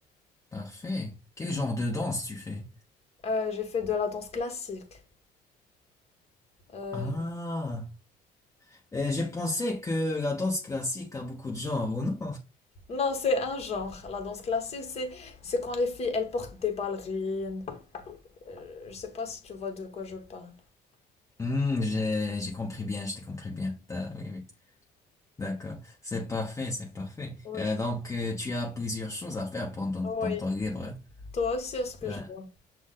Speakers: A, on the left; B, on the left.
A: Parfait. Quel genre de danse tu fais?
B: Euh, j'ai fait de la danse classique. Euh,
A: Ah. Et j'ai pensé que la danse classique a beaucoup de genres, ou non?
B: non, c'est un genre. La danse classique, c'est c'est quand les filles, elles portent des ballerines, Euh, je sais pas si tu vois de quoi je parle.
A: Hmm, j'ai, j'ai compris bien, je t'ai compris bien. Ah, oui, oui. D'accord. C'est parfait, c'est parfait.
B: Oui.
A: Euh, donc, euh, tu as plusieurs choses à faire pendant
B: Oui.
A: ton temps libre.
B: Toi aussi, est-ce que
A: Ben,
B: je vois?